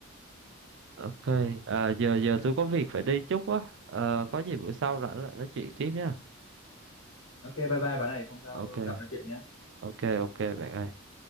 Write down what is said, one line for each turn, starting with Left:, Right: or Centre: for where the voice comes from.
Right: ok à, giờ giờ tôi có việc phải đi chút á ờ có gì bữa sau rảnh lại nói chuyện tiếp nha
Left: ok bye bye bạn này không sao
Right: ok
Left: gặp nói chuyện nhé
Right: ok ok bạn ơi